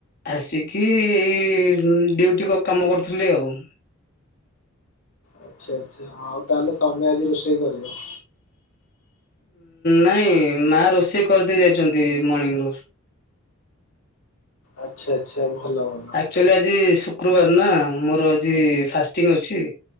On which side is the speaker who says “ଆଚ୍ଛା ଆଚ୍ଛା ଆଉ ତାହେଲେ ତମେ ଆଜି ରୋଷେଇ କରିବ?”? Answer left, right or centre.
Left